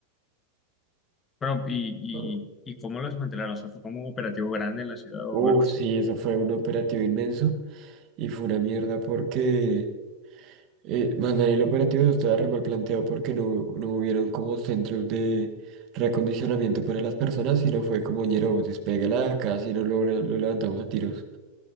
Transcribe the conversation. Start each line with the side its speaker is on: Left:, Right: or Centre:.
Left: pero, y,
Right: Ah,
Left: y, ¿y cómo lo desmantelaron? O sea, ¿fue como un operativo grande en la ciudad o
Right: Uf,
Left: algo así?
Right: sí, eso fue un operativo inmenso y fue una mierda porque Eh, mandar el operativo eso estaba re mal planteado porque no, no hubieron como centros de reacondicionamiento para las personas, sino fue como ñero, despégala de acá, si no lo, lo- lo levantamos a tiros.